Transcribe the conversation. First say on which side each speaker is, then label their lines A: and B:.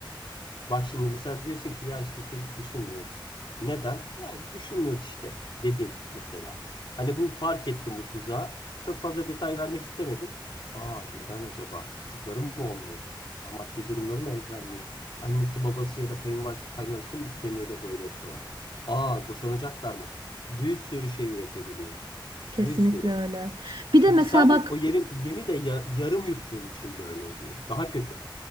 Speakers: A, on the left; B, on the right.
A: Bak şimdi mesela diyorsun ki ya işte çocuk düşünmüyoruz. Neden? Ya düşünmüyoruz işte dedin mesela. Hani bu fark ettim bu tuzağı. Çok fazla detay vermek istemedin. Aa neden acaba? Çocuklarım mı olmuyor? Aa, maddi durumları mı el vermiyor? Annesi babası ya da kayınvalidesi kaynanası mı istemiyor da böyle yapıyorlar? Aa boşanacaklar mı? Bir sürü şey üretebiliyor.
B: <laughs> Kesinlikle
A: Bir sürü.
B: öyle. Bir
A: Çünkü
B: de mesela
A: sen
B: bak
A: o yerin yemi de ya- yarım yuttuğun için böyle oluyor. Daha kötü.